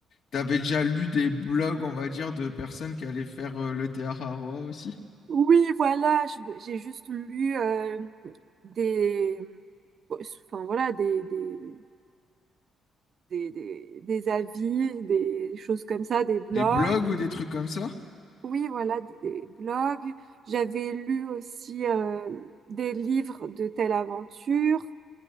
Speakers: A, on the left; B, on the right.
A: t'avais déjà lu des blogs, on va dire, de personnes qui allaient faire euh, le théâtre à Roa aussi?
B: Oui, voilà, je- j'ai juste lu euh, des, enfin voilà, des, des, des, des, des avis, des choses comme ça, des blogs.
A: Des blogs ou des trucs comme ça?
B: Oui, voilà, des blogs. J'avais lu aussi euh, des livres de telle aventure